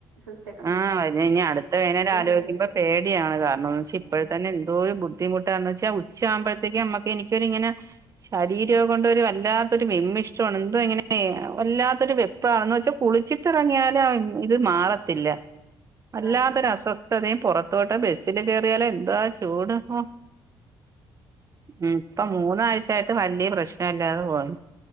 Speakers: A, on the right; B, on the right.
A: സിസ്
B: ആ വരുന്ന ഇനി അടുത്ത വേനല് ആലോചിക്കുമ്പൊ
A: വെയില്
B: പേടിയാണ് കാരണംന്ന് വെച്ചാ ഇപ്പോഴ
A: ആഹ്
B: തന്നെ എന്തോരു ബു ബുദ്ധിമുട്ടാന്ന് വെച്ച ഉച്ച ആകുമ്പോഴത്തേക്ക് നമ്മക്ക് എനിക്കൊരിങ്ങനെ. ശാരീരോം കൊണ്ടൊരു വല്ലാത്തൊരു വിമ്മിഷ്ടമാണ് എന്തോ ഇങ്ങനെ വല്ലാത്തൊരു വെ. ഇപ്പഴാന്ന് വെച്ചാ കുളിച്ചിട്ടിറങ്ങിയാല് ഇത് മാറത്തില്ല അല്ലാതൊരു
A: ആഹ് ആഹ്
B: അസ്വസ്ഥ. ത്തദേ പുറത്തോട്ട് ബസ്സില് കേയറിയാലോ എന്താ ചൂട ഇപ്പൊ ഉം ഇപ്പ മൂന്നാഴ്ചായിട്ട് വല്ല്യ പ്രശ്ന ഇല്ലാതെ പോകുന്നു.